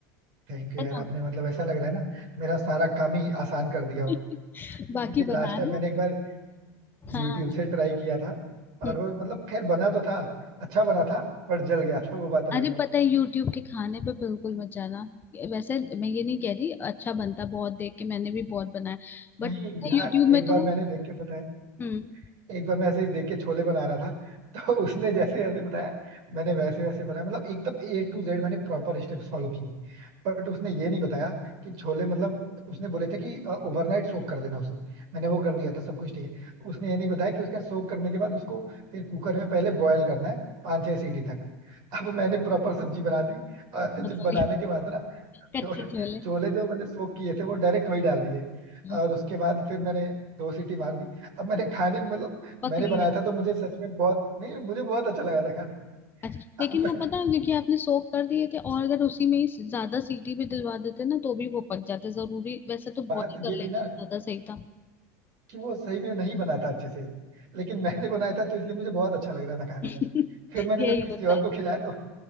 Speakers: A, on the right; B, on the left.
A: थैंक यू
B: है
A: यार
B: ना
A: आपने मतलब ऐसा लग रहा है ना मेरा सारा काम ही आसान कर दिया
B: <laughs>
A: हो क्योंकि
B: बाकी
A: लास्ट
B: बनाना
A: टाइम मैंने एक बार
B: हाँ
A: यूट्यूब से ट्राई किया था
B: हम्म।
A: और वो मतलब खैर बना तो था अच्छा बना था बट जल गया था वो बात अलग
B: अरे
A: है
B: पता है यूट्यूब के खाने पे बिल्कुल मत जाना वैसे मैं ये नहीं कह रही अच्छा बनता है, बहुत देख के मैंने भी बहुत बनाया बट
A: नहीं यार
B: यूट्यूब में
A: एक
B: तो
A: बार
B: वो
A: मैंने देख के पता है
B: हम्म
A: एक बार मैं ऐसे ही देख के छोले बना रहा था तो उसने जैसे जैसे बताया मैंने वैसे वैसे बनाया मतलब एकदम ए टू जेड मैंने प्रॉपर स्टेप्स फॉलो किए बट उसने ये नहीं बताया कि छोले मतलब उसने बोले थे कि ओवरनाइट सोक कर देना उसे मैंने वो कर दिया था सब कुछ ठीक है उसने ये नहीं बताया कि उसका सोक करने के बाद उसको फिर कुकर में पहले बॉयल करना है पाँच छह सीटी तक अब मैंने प्रॉपर सब्जी बना दी और जब
B: हाँ,
A: बनाने के बाद ना
B: कच्चे
A: छो-
B: छोले
A: छोले जो मैंने सोक किए थे वो डायरेक्ट वही डाल दिए
B: हाँ,
A: और उसके बाद फिर मैंने दो सीटी मार दी अब मैंने खाने में- मतलब
B: पक
A: मैंने
B: नहीं
A: बनाया
B: रहे
A: था तो मुझे सच में बहुत नहीं मुझे बहुत अच्छा लगा था खाने में
B: अच्छा
A: अब
B: लेकिन
A: मैंने
B: वो पता है क्योंकि आपने सोक कर दिए थे और अगर उसी में ही ज्यादा सीटी भी दिलवा देते ना तो भी वो पक जाते जरूरी वैसे तो बहुत
A: बात
B: ही
A: ये
B: कर लेते
A: थी ना
B: तो ज्यादा सही था
A: कि वो सही में नहीं बनाता अच्छे से लेकिन मैंने बनाया था तो इसलिए मुझे बहुत अच्छा लग रहा था खाने
B: <laughs>
A: में फिर मैंने
B: यही
A: जब किसी
B: होता
A: और
B: है
A: को खिलाया तो,